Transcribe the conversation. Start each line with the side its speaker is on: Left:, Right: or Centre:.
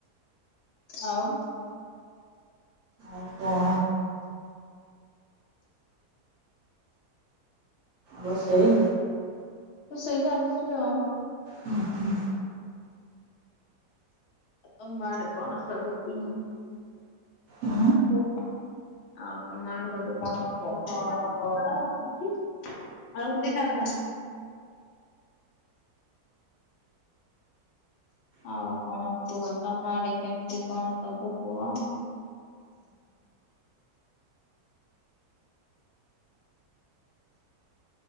Left: ଆଉ।
Right: ଆଉ କଁ। ରୋଷେଇ।
Left: ରୋଷେଇ ଚାଲିଚି ଆଉ।
Right: ହୁଁ ହୁଁ।
Left: ଆ ତମ ଆଡେ କଣ ସବୁ କୁହ।
Right: ଉଁ
Left: <unintelligible> ଆଉ ତମ ଆଡେ ସବୁ କଣ କୁହ। <unintelligible> ଆଉ କଣ କୁହ ତମ ଆଡେ କେମିତି କଣ ସବୁ କୁହ।